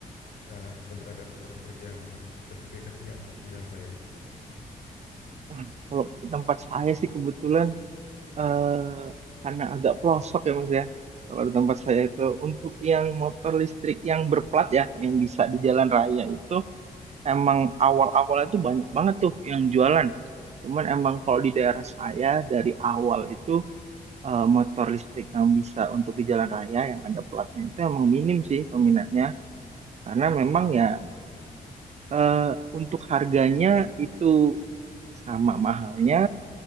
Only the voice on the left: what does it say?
eh, keberadaan motor listrik yang spesifikasinya untuk di jalan raya.
Mm-mm.
Mm-mm.